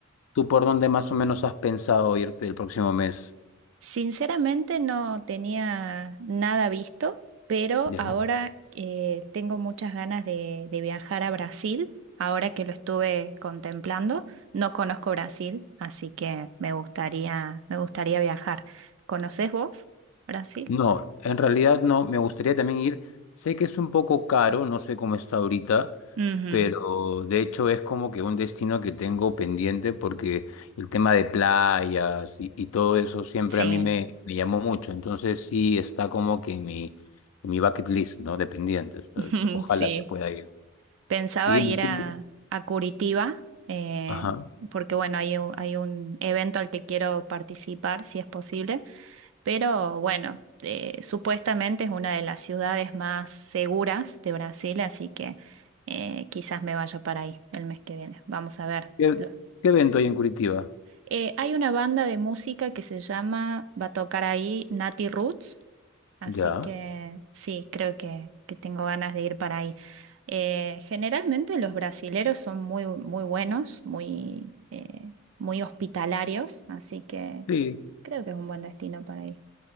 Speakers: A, on the left (about 80°); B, on the right (about 65°).
A: ¿Tú por dónde más o menos has pensado irte el próximo mes?
B: Sinceramente no tenía nada visto, pero
A: Ya.
B: ahora eh, tengo muchas ganas de, de viajar a Brasil, ahora que lo estuve contemplando. No conozco Brasil, así que me gustaría, me gustaría viajar. ¿Conoces vos Brasil?
A: No, en realidad no, me gustaría también ir. Sé que es un poco caro, no sé cómo está ahorita,
B: Ujú,
A: pero de hecho es como que un destino que tengo pendiente porque el tema de playas y, y todo eso siempre
B: Sí,
A: a mí me, me llamó mucho. Entonces sí está como que en mi, en mi bucket list, ¿no? De pendientes. Entonces,
B: <laughs>
A: ojalá
B: sí.
A: que pueda ir.
B: Pensaba
A: Y dime
B: ir a,
A: tú,
B: a Curitiba, eh,
A: ajá.
B: porque bueno, hay un- hay un evento al que quiero participar, si es posible. Pero bueno, eh, supuestamente es una de las ciudades más seguras de Brasil, así que eh, quizás me vaya para ahí el mes que viene. Vamos a ver.
A: ¿Qué,
B: Lo-
A: qué evento hay en Curitiba?
B: Eh, hay una banda de música que se llama, va a tocar ahí Nati Roots, así
A: Ya.
B: que sí, creo que, que tengo ganas de ir para ahí. Eh, generalmente los brasileros son muy, muy buenos, muy, eh, muy hospitalarios, así que
A: Sí.
B: creo que es un buen destino para ir.